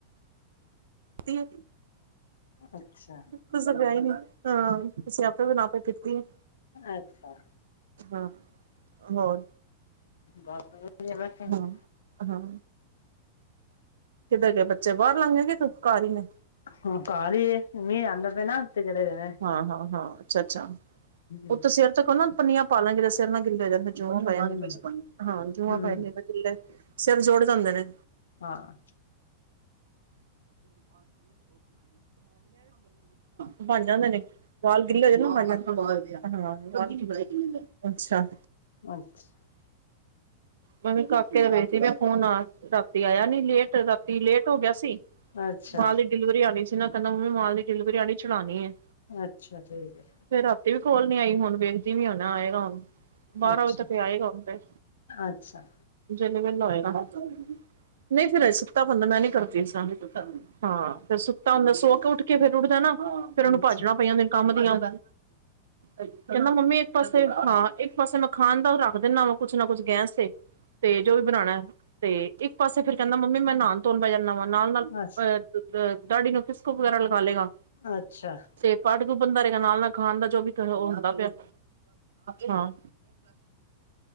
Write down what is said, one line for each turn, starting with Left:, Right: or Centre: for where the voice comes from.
Right: ਦੀ <inaudible>
Left: ਅੱਛਾ।
Right: ਤੁਸੀਂ ਤੇ ਹੈ ਨਹੀਂ, ਚਾ ਹਾਂ ਅਸੀਂ ਆਪੇ ਬਣਾ ਕੇ ਪੀਤੀ ਆ।
Left: ਅੱਛਾ
Right: ਹਾਂ, ਹੋਰ
Left: ਬਸ ਵੇ <unintelligible>
Right: ਹਾਂ ਹਾਂ। ਕਿਧਰ ਗਏ ਬੱਚੇ ਬਾਹਰ ਲੰਘਗੇ ਗਏ ਕਿ ਘਰ ਹੀ ਨੇ।
Left: ਹਾ ਘਰ ਹੀ ਹੈ ਮੀਂਹ ਆਂਦਾ ਪਿਆ ਨਾ ਉੱਤੇ ਚੜੇ ਨੇ।
Right: ਹਾਂ-ਹਾਂ-ਹਾਂ, ਅੱਛਾ-ਅੱਛਾ,
Left: ਹੂੰ
Right: ਉਹ ਤਾਂ ਸਿਰ ਤੇ ਕੋਲ ਨਾ ਪੰਨੀਆਂ ਪਾ ਲੇਣਗੇ ਸਿਰ ਨਾ ਗਿੱਲੇ ਹੋ ਜਾਏ। ਜੂਆਂ ਪੈ ਜਾਦੀਆ,
Left: ਹੂੰ
Right: ਜੂਆਂ
Left: ਹੂੰ
Right: ਪੈ ਜਾਣ ਸਿਰ ਜੂੜ ਜਾਂਦੇ ਨੇ।
Left: ਹਾਂ।
Right: ਬਣ ਜਾਂਦੇ ਨੇ ਵਾਲ ਗਿੱਲੇ ਹੋ ਜਾ ਨਾ ਮ ਆ ਹਾਂ ਅੱਛਾ
Left: ਅੱਛਾ
Right: ਮੈਂ ਵੀ ਕਾਕੇ ਨੂੰ ਵੇਖਦੀ ਮੈਂ ਫੋਨ ਆਇਆ ਰਾਤੀ ਆਇਆ ਨੀ ਲੇਟ ਰਾਤੀ ਲੇਟ ਹੋ ਗਿਆ ਸੀ
Left: ਅੱਛਾ।
Right: ਮਾਲ ਦੀ ਡਿਲੀਵਰੀ ਆਨੀ ਸੀ ਨਾ ਕਹਿੰਦਾ ਮੰਮੀ ਮਾਲ ਦੀ ਡਿਲੀਵਰੀ ਵਾਲੀ ਚੜਾਉਣੀ ਹੈ
Left: ਅੱਛਾ ਠੀਕ ਹੈ
Right: ਫਿਰ ਰਾਤੀ ਵੀ ਕੋਲ ਨੀ ਆਈ ਹੁਣ ਵੇਖਦੀ ਹਾਂ ਨਾ ਆਏਗਾ ਹੁਣ ਬਾਰਾਂ
Left: ਅੱਛਾ
Right: ਵਜੇ ਤੱਕ ਹੀ ਆਏਗਾ ਹੁਣ ਤੇ
Left: ਅੱਛਾ
Right: ਜਿਮ ਜੂਮ ਲਾਏਗਾ ਨਹੀਂ ਫਿਰ ਸੁਤਾ ਬੰਦਾ ਮੈਂ ਨੀ ਕਰਤੀ ਸ ਹਾਂ ਫਿਰ ਸੁੱਤਾ ਹੁੰਦਾ ਸੁੋੱਕ ਉੱਠ ਕੇ ਫਿਰ ਉੱਠਦਾ ਨਾਂ ਉਹਨੂੰ
Left: ਅੱਛਾ
Right: ਭਾੱਜੜਾ ਪਈਆਂ ਹੁੰਦੀਆਂ ਕੰਮ ਦੀ ਆ ਕਹਿੰਦਾ ਮੰਮੀ ਇੱਕ ਪਾਸੇ ਹਾਂ ਇੱਕ ਪਾਸੇ ਮੈਂ ਖਾਣ ਦਾ ਉਹ ਰੱਖ ਦਿੰਦਾ ਵ ਕੁੱਛ ਨਾ ਕੁੱਛ ਗੇਂਸ ਤੇ ਤੇ ਜੋ ਵੀ ਬਣਾਉਣਾ ਤੇ ਇੱਕ ਪਾਸੇ ਫਿਰ ਕਹਿੰਦਾ ਮੰਮੀ ਮੈਂ ਨਹਾਣ ਧੋਣ ਪੈ ਜਾਂਦਾ ਵਾ ਨਾਲ ਨਾਲ ਅਹ
Left: ਅੱਛ
Right: ਦਾਡੀ ਨੂੰ ਫਿਸਕੋ ਵਗੈਰਾ ਲਗਾ ਲਏਗਾ
Left: ਅੱਛਾ
Right: ਤੇ ਪੱਗ ਬਣਦਾ ਰਹੇਗਾ ਨਾਲ ਨਾਲ ਖਾਣ ਦਾ ਜੋ ਵੀ ਉਹ ਹੁੰਦਾ ਪਿਆ ਹਾਂ